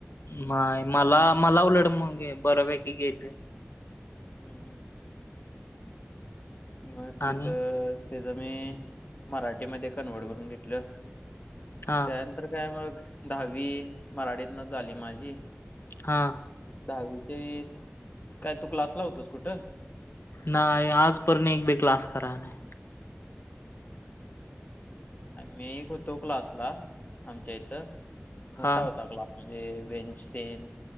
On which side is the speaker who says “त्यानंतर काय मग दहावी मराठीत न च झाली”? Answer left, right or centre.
Left